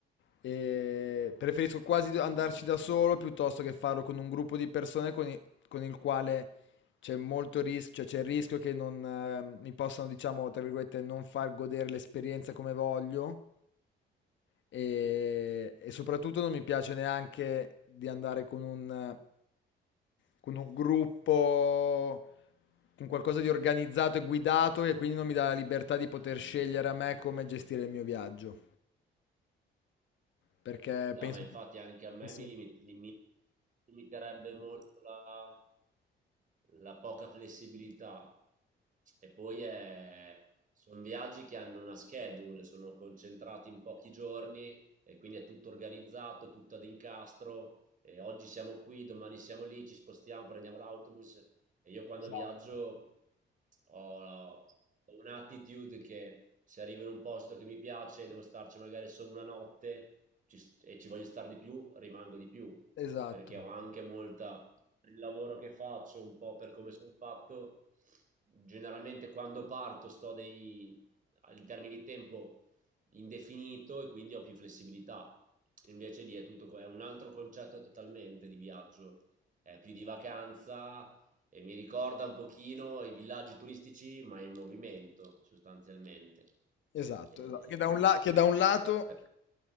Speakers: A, on the left (about 70°); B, on the right (about 40°).
A: eh, preferisco quasi andarci da solo piuttosto che farlo con un gruppo di persone con, i- con il quale c'è molto rischio, cioè c'è il rischio che non, eh, mi possano, diciamo, tra virgolette, non far godere l'esperienza come voglio e, e soprattutto non mi piace neanche di andare con un, con un gruppo, con qualcosa di organizzato e guidato che quindi non mi dà la libertà di poter scegliere a me come gestire il mio viaggio, perché
B: No,
A: penso
B: ma infatti
A: che
B: anche a me
A: che sia
B: mi, limit- mi limiterebbe molto la, la poca flessibilità e poi è... sono viaggi che hanno una schedule, sono concentrati in pochi giorni e quindi è tutto organizzato, tutto ad incastro. E oggi siamo qui, domani siamo lì, ci spostiamo, prendiamo l'autobus. E io quando
A: esatto,
B: viaggio ho, ho un'attitude che se arrivo in un posto che mi piace, devo starci magari solo una notte ci- e ci voglio stare di più, rimango di più
A: esatto,
B: perché ho anche molta, per il lavoro che faccio, un po' per come sono fatto, generalmente quando parto sto dei, in termini di tempo indefinito e quindi ho più flessibilità. Invece lì è tutto, co- è un altro concetto totalmente di viaggio, è più di vacanza e mi ricorda un pochino i villaggi turistici, ma in movimento sostanzialmente.
A: esatto,
B: E-
A: esatto. Che da un la- che da un lato...
B: per-